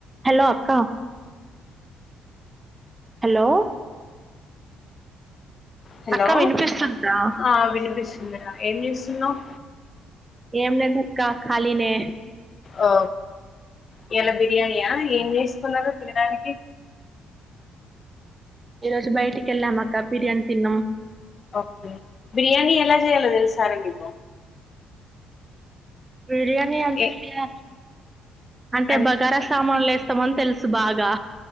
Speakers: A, on the right; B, on the left.
A: Hello అక్క hello
B: hello
A: అక్క వినిపిస్తుందా
B: ఆ వినిపిస్ ఏంచేస్తున్నావ్
A: ఏంలేదు అక్క ఖాళీనే
B: ఆ ఇయ్యల బిర్యానీయా ఏం చేసుకున్నారు తినడానికి
A: ఈరోజు బయటికి వెళ్ళాం అక్క బిర్యానీ తిన్నం
B: ఓకే బిర్యానీ ఎలా చేయాలో తెల్సారా నీకు
A: బిర్యానీ అంత
B: ఏ
A: ఐడియా అంటే
B: అన్
A: బగారా సామాన్లు ఏస్తామని తెలుసు బాగా